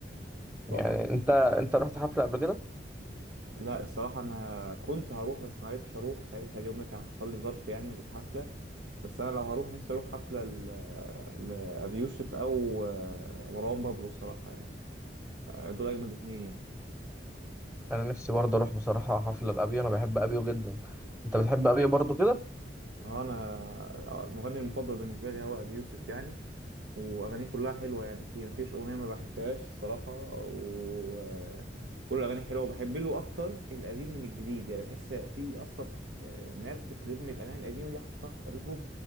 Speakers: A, on the right; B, in the centre.
A: طب
B: يعني أنت أنت رحت حفلة قبل كده؟
A: لا الصراحة انا كنت هروح بس معرفتش اروح ساعتها اليوم ده كان حصل لي ظرف يعني الحفلة بس انا لو هروح نفسي اروح حفلة ل- لأبي يوسف او آه، مروان بابلو الصراحة يعني آه، دول اجمد اتنين يعني
B: انا نفسي برضه اروح بصراحه حفله لابيو انا بحب ابيو جدا انت بتحب ابيو برضه كده
A: اه انا آه، مغني المفضل بالنسبه لي هو ابي يوسف يعني واغانيه كلها حلوه يعني في مفيش اغنيه ما بحبهاش الصراحه و آه، كل الاغاني حلوه وبحب له اكتر القديم من الجديد يعني بحس في اصلا آه، ناس بتلم الاغاني القديمه دي حطها في البوم